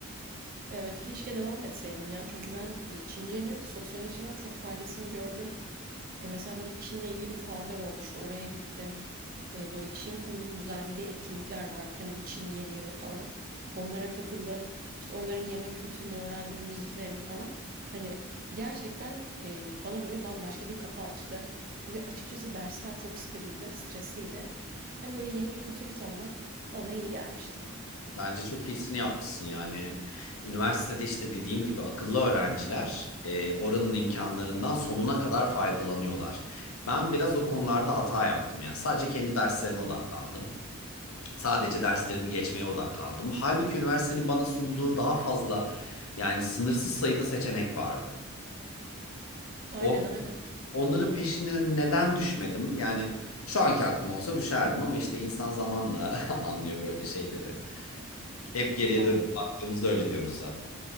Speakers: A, on the right (about 40°); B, on the left (about 85°).
A: Evet keşke devam etseydin ya. Çünkü ben e, Çince'nin sosyal açıdan çok faydasını gördüm. E, mesela böyle Çin'le ilgili fuarlar olmuştu. Oraya gittim. E, böyle Çin kulübünün düzenlediği etkinlikler var. Hani bu Çin Yeni Yılı falan. Onlara katıldım. İşte onların yemek kültürünü öğrendim, müziklerini falan. Hani gerçekten e, bana böyle bambaşka bir kapı açtı. Çünkü açıkçası dersler çok sıkıcıydı, stresliydi. Hani böyle yeni bir kültürü tanımak bana iyi gelmişti.
B: Bence çok iyisini yapmışsın yani. Üniversitede işte dediğim gibi akıllı öğrenciler e, oranın imkanlarından sonuna kadar faydalanıyorlar. Ben biraz o konularda hata yaptım yani sadece kendi derslerime odaklandım. Sadece derslerimi geçmeye odaklandım. Halbuki üniversitenin bana sunduğu daha fazla yani sınırsız sayıda seçenek vardı.
A: Aynen
B: O-
A: aynen.
B: onların peşine neden düşmedim? Yani şu anki aklım olsa düşerdim ama işte insan zamanla <laughs> anlıyor böyle şeyleri. Hep geriye
A: Maalesef.
B: dönüp baktığımızda öyle diyoruz zaten.